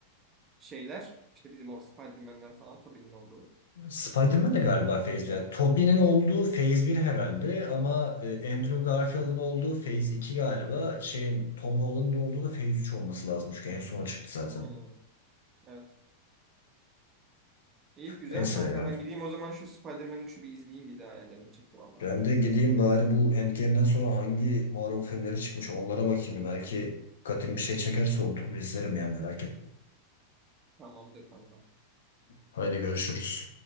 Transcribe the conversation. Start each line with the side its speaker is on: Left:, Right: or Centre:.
Right: Şeyler, işte bizim o Spider-Man'ler falan, Tobey'nin olduğu.
Left: Spider-Man de galiba Phase bir. Tobey'nin olduğu Phase bir herhalde ama e, Andrew Garfield'ın olduğu Phase iki galiba. Şeyin Tom Holland'ın olduğu da Phase üç olması lazım çünkü en son çıktı zaten.
Right: Hmm, evet. İyi güzel
Left: Neyse
Right: kanka.
Left: ya.
Right: Ben gideyim o zaman şu Spider-Man 3'ü bir izleyeyim bir daha. Yani canım çıktı valla.
Left: Ben de gideyim bari bu Endgame'den sonra hangi Marvel filmleri çıkmış onlara bakayım. Belki katim bir şey çekerse oturup izlerim yani merak etme.
Right: Tamamdır kanka.
Left: Haydi görüşürüz.